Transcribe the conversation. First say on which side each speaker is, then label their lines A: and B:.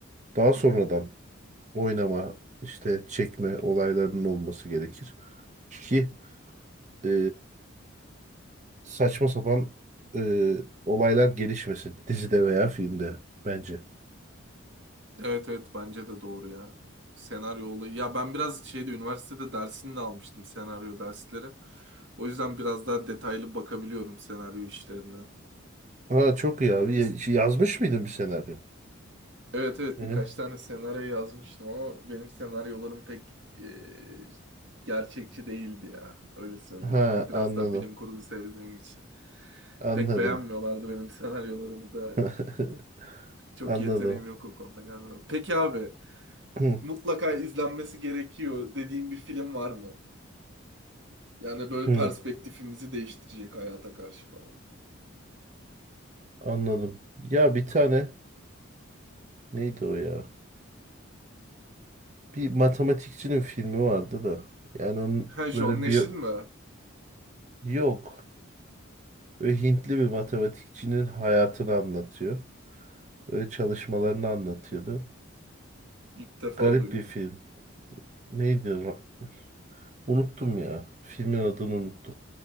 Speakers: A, on the right (about 35°); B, on the right (about 60°).
A: Daha sonradan
B: Hı hı.
A: oynama, işte çekme olaylarının olması gerekir. Ki e, saçma sapan e, olaylar gelişmesin dizide veya filmde bence.
B: Evet evet bence de doğru ya. Senaryo olayı. Ya ben biraz şeyde üniversitede dersini de almıştım senaryo dersleri. O yüzden biraz daha detaylı bakabiliyorum senaryo işlerine.
A: Ha çok iyi abi.
B: Neyse
A: Ya- şey, Yazmış mıydın bir senaryo?
B: Evet evet
A: Yani.
B: birkaç tane senaryo yazmıştım ama benim senaryolarım pek e, gerçekçi değildi ya. Öyle söyleyeyim.
A: Ha
B: Hani biraz
A: anladım.
B: daha bilim kurgu sevdiğim için.
A: Anladım.
B: Pek beğenmiyorlardı benim senaryolarımı da.
A: <laughs>
B: Çok
A: Anladım.
B: yeteneğim yok o konuda galiba. Peki abi
A: <clears throat>
B: mutlaka izlenmesi gerekiyor dediğim bir film var mı? Yani böyle
A: Hı,
B: perspektifimizi değiştirecek hayata karşı falan.
A: anladım. Ya bir tane Neydi o ya? Bir matematikçinin filmi vardı da. Yani onun
B: Ha John
A: böyle
B: Nash'in
A: bir
B: mi?
A: yok. Böyle Hintli bir matematikçinin hayatını anlatıyor. Böyle çalışmalarını anlatıyordu.
B: İlk defa
A: Garip
B: duydum.
A: bir film. Neydi? ra- Unuttum ya. Filmin adını unuttum.